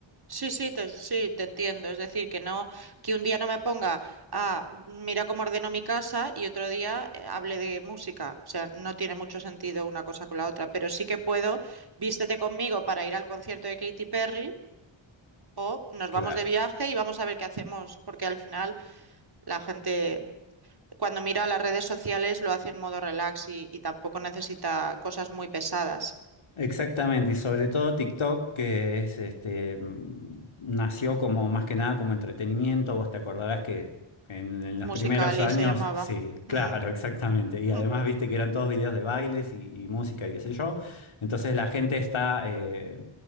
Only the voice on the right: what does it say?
Sí, sí, te, sí, te entiendo. Es decir, que no, que un día no me ponga a mira cómo ordeno mi casa y otro día eh, hable de música. O sea, no tiene mucho sentido una cosa con la otra, pero sí que puedo, vístete conmigo para ir al concierto de Katy Perry o nos
vamos de viaje y vamos a ver qué hacemos, porque al final la gente cuando mira las redes sociales lo hace en modo relax y, y tampoco necesita cosas muy pesadas.
Musical.ly
se llamaba.
Mm,
<laughs>